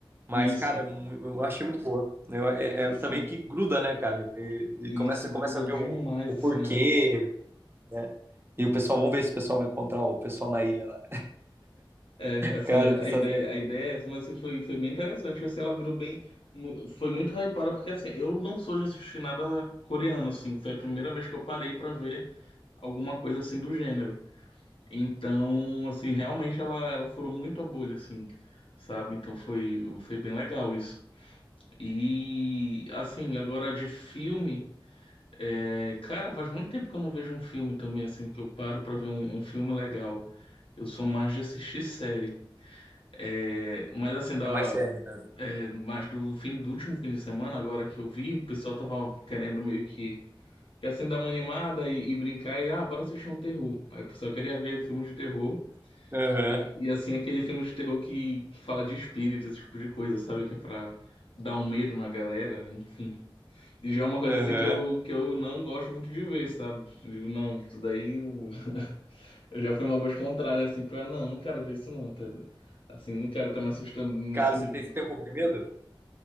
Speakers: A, on the right; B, on the left.
A: Mas,
B: Isso.
A: cara, é mu- eu achei muito boa. Eu, é,
B: Sim,
A: é
B: sim.
A: também que gruda, né, cara? E, e
B: E
A: começa,
B: isso gruda
A: começa a ver
B: demais,
A: o, o
B: assim,
A: porquê, né? E o pessoal, vamos ver se o pessoal vai encontrar o pessoal na ilha lá.
B: É, assim,
A: Cara, isso
B: a ideia,
A: tá certo.
B: a ideia, é essa, mas assim, foi, foi bem interessante, assim, ela virou bem, mu- foi muito hypada, porque assim, eu não sou de assistir nada coreano, assim, foi a primeira vez que eu parei pra ver alguma coisa assim do gênero. Então, assim, realmente ela, ela furou muito a bolha, assim, sabe? Então foi, foi bem legal isso. E, assim, agora de filme, é, cara, faz muito tempo que eu não vejo um filme também, assim, que eu paro pra ver um um filme legal. Eu sou mais de assistir série. É, Mas assim, da,
A: É mais sério, né?
B: É, mas do fim do último fim de semana, agora que eu vi, o pessoal tava querendo meio que, que assim dar uma animada e, e brincar e ah, bora assistir um terror. Aí o pessoal queria ver filmes de terror.
A: Aham,
B: E, e, assim, aquele filme de terror que, que fala de espírito, esse tipo de coisa, sabe? Que é pra dar um medo na galera, enfim. E já é uma coisa
A: aham.
B: assim que eu, que eu não gosto muito de ver, sabe? Eu digo, não, isso daí eu, eu já fui uma voz contrária, assim, pra não, não quero ver isso não, tá? Assim, não quero estar me assustando nesse
A: Cara, você
B: nível.
A: tem, você tem um pouco de medo?